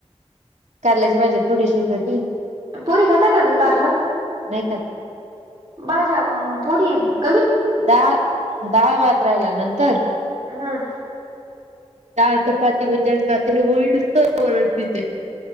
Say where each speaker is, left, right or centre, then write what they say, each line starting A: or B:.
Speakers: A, on the right (about 85°); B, on the right (about 40°).
A: कारल्याची भाजी थोडीशीच होती.
B: पोरी खाता का ग कारला
A: नाही खात.
B: भाजा व पुरी व
A: डाळं डाळ भात राहिला नंतर
B: हम्म
A: डाळ चपाती <unintelligible> पिते.